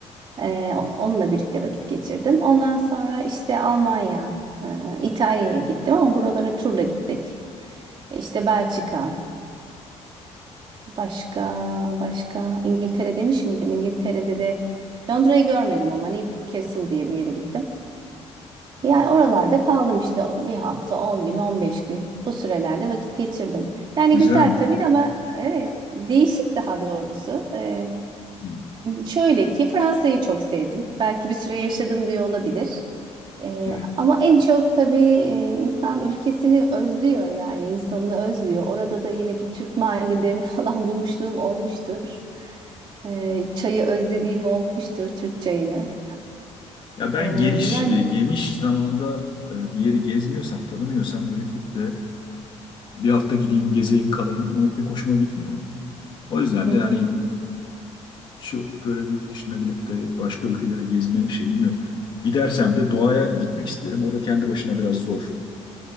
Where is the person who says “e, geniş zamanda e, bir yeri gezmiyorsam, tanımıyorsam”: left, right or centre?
Left